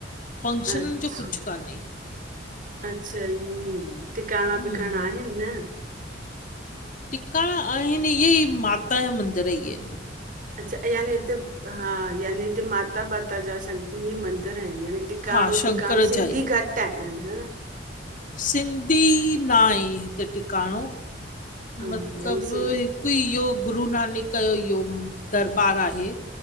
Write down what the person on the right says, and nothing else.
अच्छा।
अच्छा ईंञ्हें। टिकाणां
ॿिकाणां आहिनि न।
अच्छा। यानि हिते हा यानि हिते माता ॿाता जा शक इंञें मंदिर हिनि यानि। टिकाणों
ॿिकाणों सिंधी
घटि आहिनि हन?
हा
यानी सिं